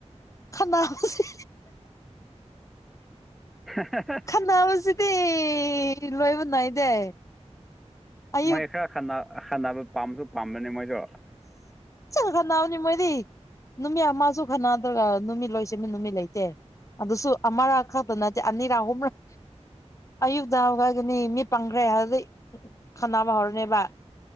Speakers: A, on the left; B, in the centre.
A: ꯈꯠꯅꯕꯁꯤ
B: <unintelligible>
A: ꯈꯠꯅꯥꯕꯁꯤꯗꯤ ꯂꯣꯏꯕ ꯅꯥꯏꯗꯦ ꯑꯌꯨꯛ
B: ꯃꯣꯏ ꯈꯔ ꯈꯠꯅ ꯈꯠꯅꯥꯕ ꯄꯥꯝꯕꯁꯨ ꯄꯥꯝꯕꯅꯦ ꯃꯣꯏꯁꯨ
A: ꯆꯂ ꯈꯅꯎꯅꯤ ꯃꯣꯏꯗꯤ ꯅꯨꯃꯤꯠ ꯑꯃꯁꯨ ꯈꯅꯗ꯭ꯔꯒ ꯅꯨꯃꯤꯠ ꯂꯣꯏꯁꯤꯃ ꯅꯨꯃꯤꯠ ꯂꯩꯇꯦ ꯑꯗꯨꯁꯨ ꯑꯃꯔꯥ ꯈꯛꯇ ꯅꯠꯇꯦ ꯑꯅꯤꯔꯛ ꯑꯍꯨꯝꯔꯛ ꯑꯌꯨꯛꯇ ꯍꯥꯏꯒꯅꯤ ꯃꯤ ꯄꯥꯡꯈ꯭ꯔꯦ ꯍꯥꯏ ꯈꯟꯅꯅꯕ ꯍꯧꯔꯅꯦꯕ